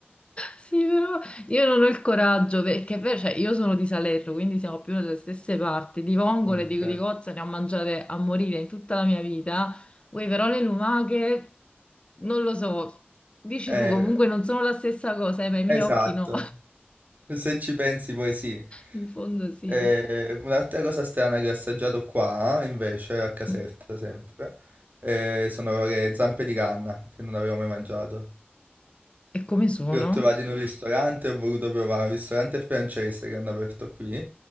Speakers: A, on the left; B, on the right.
A: Sì, però io non ho il coraggio, perché è vero, cioè, io sono di Salerno, quindi siamo più nelle stesse parti. Di vongole,
B: Ok.
A: di, di cozze ne ho mangiate a morire in tutta la mia vita. Uè, però le lumache, non lo so. Dici
B: Eh,
A: tu, comunque non sono la stessa cosa, eh, ma i miei
B: esatto,
A: occhi no.
B: se ci pensi poi sì.
A: In fondo sì.
B: Eh, un'altra cosa strana che ho assaggiato qua, invece, a Caserta
A: Mm.
B: sempre, eh, sono le zampe di canna, che non avevo mai mangiato.
A: E come sono?
B: Le ho Che trovate in un cos'è? ristorante, ho voluto provare, un ristorante francese che hanno aperto qui,